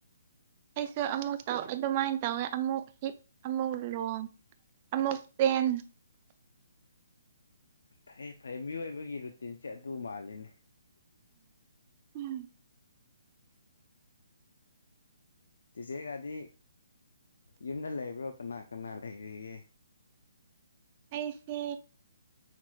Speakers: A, on the right; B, on the left.
A: ꯑꯩꯁꯨ ꯑꯃꯨꯛ ꯑꯗꯨꯃꯥꯏꯅ ꯇꯧꯋꯦ ꯑꯃꯨꯛ ꯍꯤꯞ ꯑꯃꯨꯛ ꯂꯣꯡ ꯑꯃꯨꯛ ꯆꯦꯟ
B: ꯐꯩꯑ ꯐꯩꯑ ꯃꯤꯑꯣꯏꯕꯒꯤ ꯔꯨꯇꯤꯟꯁꯦ ꯑꯗꯨ ꯃꯥꯜꯂꯤꯅꯦ
A: ꯎꯝ
B: ꯇꯦꯆꯦꯒꯥꯗꯤ ꯌꯨꯝꯗ ꯂꯩꯕ꯭ꯔꯣ ꯀꯅꯥ ꯀꯅꯥ ꯂꯩꯔꯤꯒꯦ
A: ꯑꯩꯁꯦ